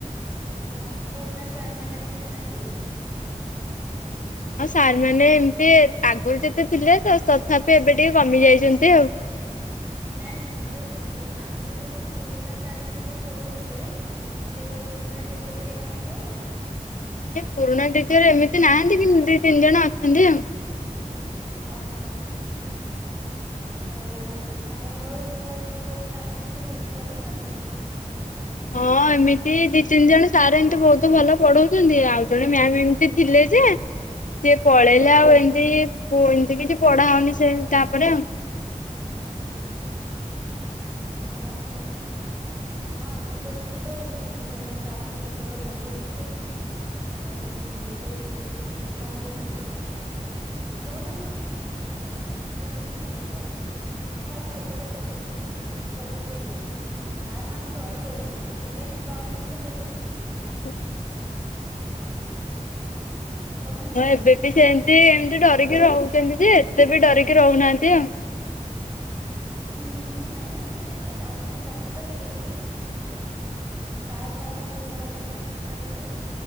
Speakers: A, on the right (about 20°); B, on the left (about 70°).
A: ଓ ହୋ ପୁରୁଣା ସାର୍ ମାନେ ଆଉ କିଏ ନାହାନ୍ତି?
B: ହଁ ସାର୍ ମାନେ ଏମିତି ଆଗରୁ ଯେତେ ଥିଲେ ତଥାପି ଏବେ ଟିକେ କମି ଯାଇଛନ୍ତି ଆଉ।
A: ନାଇଁ ନାଇଁ ମୁଁ କହିଲି ଆମର ଯେମିତି ପୁରୁଣା ସାର୍ ମାନେ ଯୋଉ ପଢୁଥିଲେ ସେଇ ପୁରୁଣା ଟିଚର କେହି ନାହାନ୍ତି ଆଉ?
B: ଏ ପୁରୁଣା ଟିଚର ଏମିତି ନାହାନ୍ତି। କିମତି ତିନି ଜଣ ଅଛନ୍ତି ଆଉ।
A: ଓହୋ ହଉ ଆଉ ତମର କୋଉ ସାର୍ କେମିତି ଭଲ ପଢଉଛନ୍ତି।
B: ହଁ ଏମିତି ଦି ତିନି ଜଣ ସାର୍ ଏମିତି ବହୁତ ଭଲ ପଢଉଛନ୍ତି ଆଉ। ଜଣେ ମ୍ୟାମ ଏମିତି ଥିଲେ ଯେ ସେ ପଳେଇଲେ ଆଉ ଏମିତି ଏମତି କିଛି ପଢା ହଉନି ସେ ତାପରେ ଆଉ।
A: ଓହୋ ହଁ ଆମ ବେଳୁକୁ ତ ଭଲ ସାର ଥିଲେ ଭଲ ପଢଉଥିଲେ ଆଉ ଯୋଉ କଣ କହିଲୁ ବହୁତ ମାନେ <inaudible> ହୁଥିଲେ ସବୁ ପିଲା ସାର୍ ମାନଙ୍କୁ ଡରି ରହୁଥିଲେ। ଏବେ ଟା ତାଙ୍କୁ ମୁଁ ତ ଦେ ହୋଉଛି।
B: ହଁ
A: କହୁନୁ।
B: ମୁଁ ଏବେ ବି ସେମିତି ଏମିତି ଡରିକି ରହୁଛନ୍ତି ଯେ ଏତେ ବି ଡରିକି ରହୁନାହାନ୍ତି ଆଉ।
A: ହୁଁ ନାଇଁ ମୁଁ ଏବେ ଦିନେ ଯାଉଥିଲି ରାସ୍ତାରେ ଦେଖିଲି ସାର୍ ମାନେଙ୍କ ସାଙ୍ଗରେ